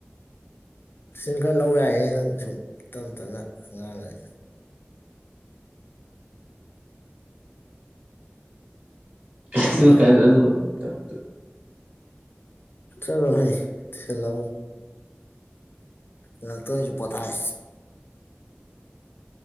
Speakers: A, on the left; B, on the right.
A: ꯇꯨꯏꯁꯟ ꯈꯔ ꯂꯧ ꯌꯥꯏꯌꯦ ꯅꯪ ꯁꯨꯝ ꯇꯞꯅ ꯇꯞꯅ ꯑꯉꯥꯡꯉꯩ
B: <unintelligible>
A: ꯂꯧꯋꯦ
B: ꯀꯥꯏꯗꯦ ꯑꯗꯨꯏꯗꯃꯛꯇ
A: ꯆꯠꯂꯣ ꯍꯩ ꯊꯜꯂ ꯉꯥꯛꯇꯣꯏꯁꯨ ꯄꯣꯊꯥꯏ